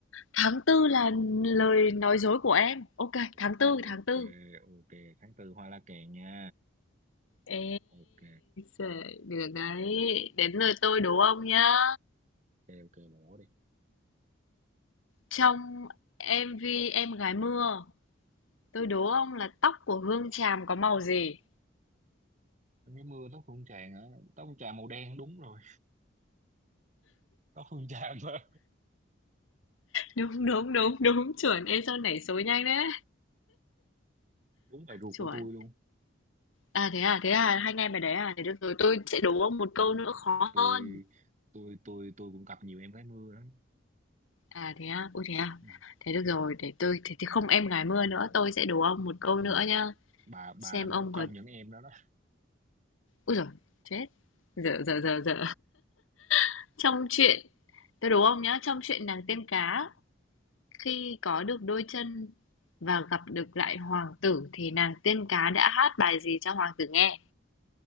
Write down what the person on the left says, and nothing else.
tháng tư là lời nói dối của em. Ok, tháng
tư
tháng tư
Ê,
giời, được đấy. Đến lượt tôi đố ông nhá.
Trong MV Em gái mưa, tôi đố ông là tóc của Hương Tràm có màu gì?
Đúng, đúng, đúng, đúng, chuẩn. Ê, sao nảy số nhanh đấy.
Chuẩn.
À thế à, thế à, hai anh em bài đấy à, thế được rồi, tôi sẽ đố ông một câu
nữa
khó
hơn.
À thế á, ôi thế à.
Thế được
rồi, để tôi thế thì không em gái mưa nữa,
tôi sẽ đố ông một câu
nữa nhá.
Xem
ông
có
Úi rồi chết. Dở dở dở dở. <laughs> Trong chuyện tôi đố ông nhá, trong chuyện nàng tiên cá khi có được đôi chân và gặp được lại hoàng tử thì nàng tiên cá đã hát bài gì cho hoàng tử nghe?